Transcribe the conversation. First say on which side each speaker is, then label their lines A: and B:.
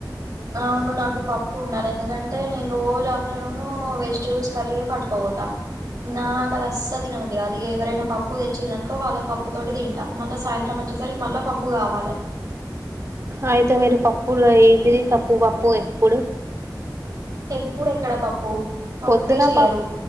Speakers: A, on the right (about 55°); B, on the right (about 40°).
A: అవును నాకు పప్పు ఉండాలి ఎందుకంటే నేను రోజు ఆఫ్టర్నూన్ వెజిటేబుల్స్ కర్రీఎ పట్టుకపోత నాక అది అస్సలు తిన బుద్ధి గాదు ఇగ ఎవరైనా పప్పు తెచ్చిరనుకో వాళ్ళ పప్పు తోటి తింట మళ్ళ సాయంత్రం వచ్చేసరికి మళ్ళ పప్పు కావాలె
B: అయితే మీరు పప్పులు ఏంటిది పప్పు పప్పు ఎప్పుడు
A: ఎప్పుడు ఎక్కడ పప్పు పప్పే
B: పొద్దున
A: చేయరు
B: ప